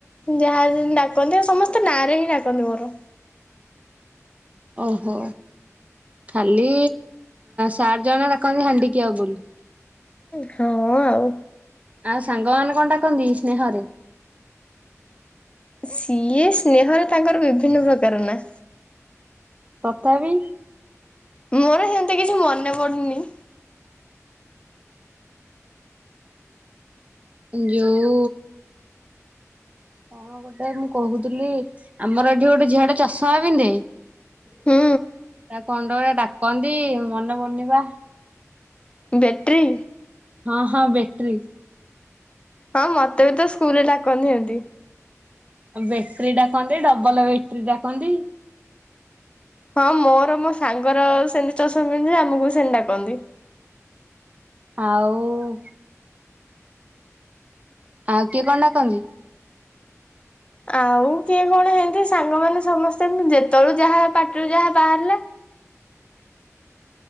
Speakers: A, on the left (about 20°); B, on the right (about 25°).
A: ଯାହା ଜେନ୍ତି ଡାକନ୍ତି ସମସ୍ତେ ନାଁରେ ହିଁ ଡାକନ୍ତି ମୋର
B: ଓହୋ ଖାଲି ସାର ଜଣ ଡାକନ୍ତି ହାଣ୍ଡିିକ୍ୟାପ ବୋଲି।
A: ହଁ ହଁ ଆଉ।
B: ଆ ସଂଙ୍ଗ ଆାନେ କଣ ଡାକନ୍ତି ସ୍ନେହରେ?
A: ସିଏ ସ୍ନେହରେ ତାଙ୍କର ବିଭିନ୍ନ ପ୍ରକାର ନା
B: ତଥାପି
A: ମୋର ସେମତି କିଛି ମନେ ପଡୁନି।
B: ଯୋଉ କଣ ଗୋଟେ ମୁଁ କହୁଥିଲି ଆମର ଏଠି ଗୋଟେ ଝିଆଡେ ଚାଷ ମା ପିନ୍ଧେ
A: ହୁଁ
B: ତା କଣ୍ଡ ଗା କହନ୍ତି ମନେ ପଡୁନି ବା
A: ବ୍ୟାଟେରୀ
B: ହଁ ହଁ ବେଟ୍ରି।
A: ହଁ ମତେ ବି ତ ସ୍କୁଲରେ ଡାକନ୍ତି ହେମିତି
B: ବେଟ୍ରି ଡାକନ୍ତି ଡବଲ ବେଟ୍ରି ଡାକନ୍ତି
A: ହଁ ମୋର ମୋ ସାଙ୍ଗର ସେମିତି ଚଷମା ପିନ୍ଧଛୁ ଯେ ଆମକୁ ବି ସେମିତି ଡାକନ୍ତି
B: ଆଉ ଆଉ କିଏ କଣ ଡାକନ୍ତି
A: ଆଉ କିଏ କଣ ହେନ୍ତି ସାଙ୍ଗମାନେ ସମସ୍ତେ ଯେତେବେଳୁ ଯାହା ପାଟିରୁ ଯାହା ବାହାରିଲା